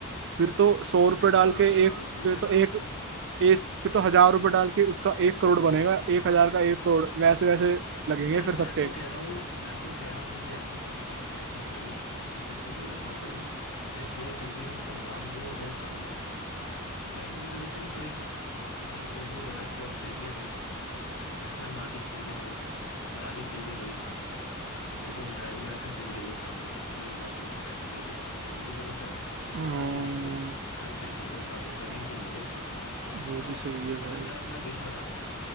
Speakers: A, on the right; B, on the left.
A: फिर तो सौ रुपये
B: अरे
A: डाल
B: हाँ
A: के
B: यार
A: एक
B: फ्यूचर
A: फिर तो
B: एंड
A: एक,
B: ऑप्शन
A: एक फिर तो हजार रुपये डाल के उसका एक करोड़ बनेगा एक हजार का एक करोड़ वैसे वैसे लगेंगे
B: यार
A: फिर
B: मैं
A: सट्टे
B: तो कह रहा हूँ मैं तो कह रहा हूँ मुझे ऐसी ताकत मिल जाए कि भाई किसी चीज की जरूरत ना पड़े मुझे जो चाहिए मैं उसका नाम लूँ और मेरे सामने आ जाए फिर पैसों की जरूरत ही नहीं पड़ेगी मैं बोलूँ रॉयल सॉस चाहिए भाई सामने एस्टन मार्टिन चाहिए भाई सामने फरारी चाहिए भाई सामने मेरे को ड्राइविंग लाइसेंस चाहिए वो सामने तो भाई ना तो पैसे दे के कुछ करवाने की जरूरत है खाना
A: हम्म,
B: चाहिए वो सामने घर चाहिए वो सामने जमीन चाहिए वो सामने
A: वो
B: सब
A: भी
B: अपना
A: सही है
B: मैं
A: भाई
B: तो कह रहा अपना देश बना लेंगे